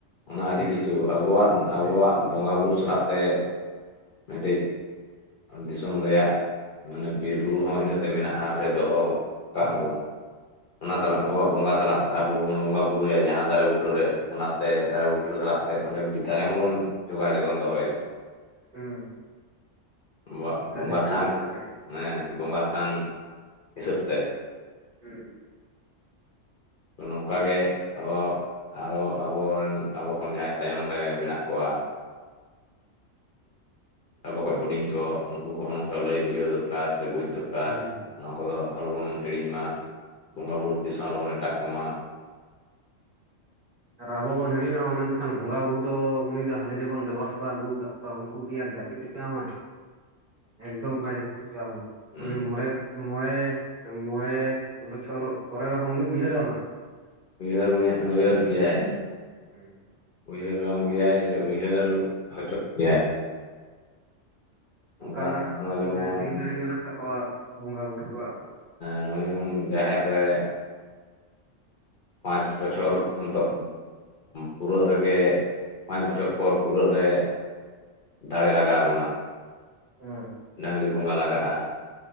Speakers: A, on the left (about 50°); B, on the right (about 45°).
A: ᱚᱱᱟ ᱟᱹᱰᱤ
B: ᱦᱮᱸ
A: ᱠᱤᱪᱷᱩ
B: ᱥᱮ
A: ᱟᱵᱚᱣᱟᱜ
B: ᱵᱟᱝ?
A: ᱟᱵᱚᱣᱟᱜ ᱵᱚᱸᱜᱟᱼᱵᱩᱨᱩ ᱥᱟᱞᱟᱜ ᱛᱮ ᱢᱤᱫ ᱴᱤᱡ ᱫᱤᱥᱚᱢ ᱨᱮᱭᱟᱜ ᱢᱟᱱᱮ ᱵᱤᱨ ᱵᱩᱨᱩ ᱦᱚᱸ ᱤᱱᱟᱹᱛᱮ ᱢᱮᱱᱟᱜᱼᱟ ᱥᱮ ᱫᱚᱦᱚ ᱚᱠᱟᱜ-ᱟᱵᱚᱱ
B: ᱦᱩᱸ
A: ᱚᱱᱟ ᱥᱟᱞᱟᱜ ᱟᱵᱚᱣᱟᱜ ᱵᱚᱸᱜᱟ ᱥᱟᱞᱟᱜ ᱟᱵᱚ ᱵᱚᱱ ᱵᱚᱸᱜᱟ ᱵᱩᱨᱩᱭᱟ ᱡᱟᱦᱟᱸ ᱫᱟᱨᱮ ᱵᱩᱴᱟᱹᱨᱮ ᱚᱱᱟ ᱛᱮ ᱫᱟᱨᱮ ᱵᱩᱴᱟᱹ ᱥᱟᱞᱟᱜ ᱛᱮ ᱚᱸᱰᱮ ᱢᱤᱫ ᱴᱤᱡ ᱫᱟᱨᱮ ᱦᱚᱸᱵᱚᱱ ᱡᱚᱜᱟᱣ ᱡᱚᱛᱚᱱ ᱫᱚᱦᱚᱭᱮᱫᱟ
B: ᱦᱩᱸ
A: ᱟᱵᱚᱣᱟᱜ
B: ᱥᱟᱨᱤ
A: ᱵᱚᱸᱜᱟ
B: ᱥᱟᱨᱡᱚᱢ
A: ᱛᱷᱟᱱ
B: ᱫᱟᱨᱮ
A: ᱢᱟᱱᱮ ᱵᱚᱸᱜᱟ ᱛᱷᱟᱱ ᱦᱤᱥᱟᱹᱵᱽ ᱛᱮ
B: ᱦᱩᱸ
A: ᱱᱚᱝᱠᱟ ᱜᱮ ᱟᱵᱚ ᱟᱨᱚ ᱟᱵᱚᱨᱮᱱ ᱟᱵᱚ ᱠᱷᱚᱱ ᱡᱟᱦᱟᱸᱭ ᱛᱟᱭᱚᱢ ᱨᱮ ᱢᱮᱱᱟᱜ ᱠᱚᱣᱟ ᱟᱵᱚ ᱠᱷᱚᱱᱚᱡ ᱦᱩᱰᱤᱧ ᱠᱚ ᱱᱩᱠᱩ ᱠᱚᱦᱚᱸ ᱱᱚᱝᱠᱟ ᱞᱟᱹᱭ ᱵᱩᱡᱷᱟᱹᱣ ᱫᱚᱨᱠᱟᱨ ᱥᱮ ᱵᱩᱡ ᱫᱚᱨᱠᱟᱨ
B: ᱦᱩᱸ
A: ᱟᱨ ᱱᱚᱶᱟ ᱠᱚᱫᱚ ᱟᱞᱚᱵᱚᱱ ᱦᱤᱲᱤᱧ ᱢᱟ ᱵᱚᱸᱜᱟ ᱵᱩᱨᱩ ᱛᱤᱥ ᱦᱚᱸ ᱟᱞᱚᱵᱚᱱ ᱮᱴᱟᱜ ᱠᱚᱢᱟ
B: ᱟᱨ ᱟᱵᱚ ᱵᱚᱱ ᱦᱤᱲᱤᱧ ᱨᱮᱦᱚᱸ ᱢᱮᱱᱠᱷᱟᱱ ᱵᱚᱸᱜᱟ ᱵᱩᱨᱩ ᱫᱚ ᱩᱱᱤ ᱫᱚ ᱦᱟᱱᱮ ᱡᱮᱢᱚᱱ ᱫᱮᱵᱟ ᱥᱮᱵᱟ ᱟᱹᱜᱩ ᱟᱠᱟᱫ ᱩᱱᱠᱩ ᱠᱤ ᱟᱨ ᱡᱟᱹᱯᱤᱫ ᱦᱚᱪᱚᱣᱟᱢᱟ ᱮᱠᱫᱚᱢ ᱵᱟᱭ ᱡᱟᱹᱯᱤᱫ ᱦᱚᱪᱚᱣᱟᱢᱟ
A: ᱦᱩᱸ
B: ᱩᱱᱤ ᱢᱚᱬᱮ ᱢᱚᱬᱮ ᱢᱚᱬᱮ ᱵᱚᱪᱷᱚᱨ ᱯᱚᱨᱮ ᱨᱮᱦᱚᱸ ᱩᱱᱤ ᱩᱭᱦᱟᱹᱨᱢᱟᱭ
A: ᱩᱭᱦᱟᱹᱨ ᱢᱮ ᱩᱭᱦᱟᱹᱨ ᱜᱮᱭᱟᱭ
B: ᱦᱮᱸ
A: ᱩᱭᱦᱟᱹᱨᱟᱢ ᱜᱮᱭᱟᱭ ᱥᱮ ᱩᱭᱦᱟᱹᱨ ᱦᱚᱪᱚ ᱢᱮᱭᱟᱭ
B: ᱚᱱᱠᱟᱱᱟᱜ
A: ᱚᱱᱠᱟ ᱱᱚᱜᱼᱚᱭ ᱡᱮᱢᱚᱱ
B: ᱫᱤᱞ ᱫᱟᱹᱲᱤ ᱢᱮᱱᱟᱜ ᱛᱟᱠᱚᱣᱟ ᱵᱚᱸᱜᱟ ᱵᱩᱨᱩ ᱠᱚᱣᱟᱜ
A: ᱱᱚᱜᱼᱚᱭ ᱡᱮᱢᱚᱱ ᱡᱟᱦᱮᱨ ᱨᱮ ᱯᱟᱸᱪ ᱵᱚᱪᱷᱚᱨ ᱚᱱᱛᱚᱨ ᱯᱩᱨᱟᱹᱜ ᱨᱮᱜᱮ ᱯᱟᱸᱪ ᱵᱚᱪᱷᱚᱨ ᱯᱚᱨ ᱯᱩᱨᱟᱹᱜ ᱨᱮ ᱫᱟᱲᱮ ᱞᱟᱜᱟᱣ ᱵᱚᱱᱟ
B: ᱦᱮᱸ
A: ᱰᱟᱝᱨᱤ ᱵᱚᱸᱜᱟ ᱞᱟᱜᱟᱜᱼᱟ